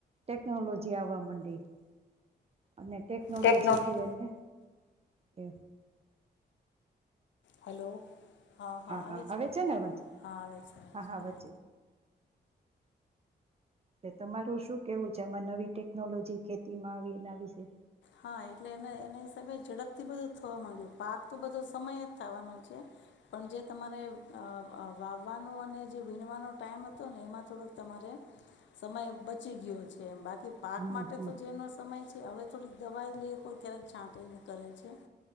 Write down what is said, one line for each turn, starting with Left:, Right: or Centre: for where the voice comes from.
Right: ટેકનોલોજી આવવા મંડી અને ટેકનોલેજીથી
Left: ટેકનોલોજી
Right: એને એ
Left: હલો, હાં, હાં
Right: હા
Left: આવે
Right: હા
Left: છે?
Right: ને અવાજ
Left: હાં આવે છે.
Right: હા હા વચ્ચે તે તમારું શું કેવું છે? આમાં નવી ટેકનોલોજી ખેતીમાં આવી એના વિશે.
Left: હા એટલે એને એના હિસાબે ઝડપથી બધું થવા માંય્ડુ, પાક તો બધો સમય જ થાવાનો છે, પણ જે તમારે અ અ વાવવાનો અને જે વીણવાનો ટાઈમ હતો ને એમાં થોડોક તમારે સમય બચી ગયો છે, બા કી પાક
Right: હમ
Left: માટે
Right: હમ
Left: તો જેનો સમય છે હવે થોડી દવા લઈ કોઈ ક્યારેક છાંટી ન કરે છે,